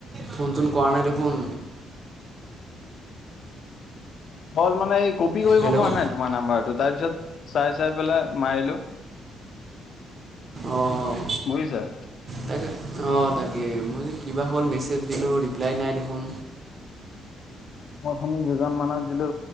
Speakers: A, on the right; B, on the left.
A: ফোন চোন কৰা নাই দেখোন।
B: হল মানে এই কপি কৰিব
A: হেল্ল'
B: পৰা নাই তোমাৰ নাম্বাৰটোত তাৰ পিছত চাই -চাই পেলাই মাৰিলো
A: অঁ
B: বুজিছা
A: তাকে অঁ তাকে মই যে কিবা হ'ল মেছেজ দিলোঁ ৰিপ্লাই নাই দেখোন
B: মই অথনি‌ দুজন মানুহক দিলো